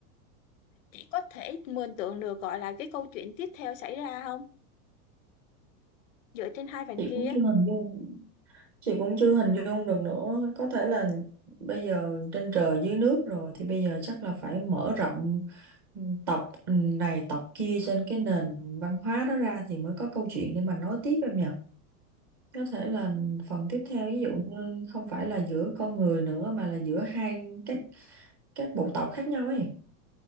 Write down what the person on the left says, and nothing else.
chị có thể mường tượng được gọi là cái câu chuyện tiếp theo xảy ra không dựa trên hai phần
kia